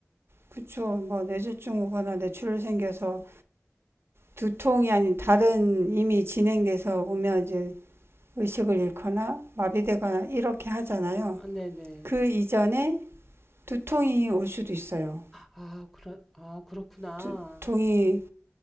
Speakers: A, on the right; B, in the centre.
A: 그쵸 뭐 뇌졸중 오거나 뇌출혈 생겨서 두통이 아닌 다른 이미 진행돼서 오면 이제 의식을 잃거나 마비되거나 이렇게 하잖아요.
B: 아, 네네.
A: 그 이전에 두통이 올 수도 있어요.
B: 아, 그러, 아, 그렇구나.
A: 두통이